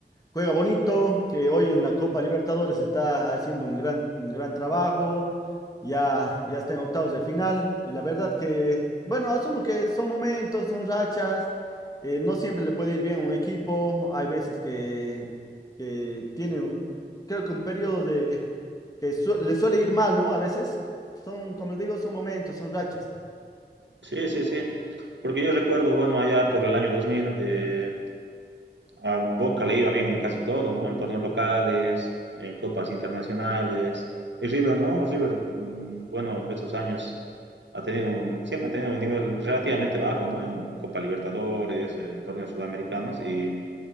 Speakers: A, on the left (about 20°); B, on the right (about 85°).
A: juega bonito, que hoy en la Copa Libertadores está haciendo un gran, un gran trabajo, ya, ya está en octavos de final y la verdad que, bueno, asumo que son momentos, son rachas, eh, no siempre le puede ir bien a un equipo, hay veces que que tienen creo que un periodo de que su- le suele ir mal, ¿no? A veces son, como digo, son momentos, son rachas.
B: Sí, sí, sí. Porque yo recuerdo, bueno, allá por el año 2000, eh, a Boca le iba bien en casi todo, ¿no? En torneos locales, en copas internacionales. Y River, ¿no? River, mm, bueno, esos años ha tenido un- siempre ha tenido un nivel relativamente bajo, ¿no? En Copa Libertadores, en torneos sudamericanos y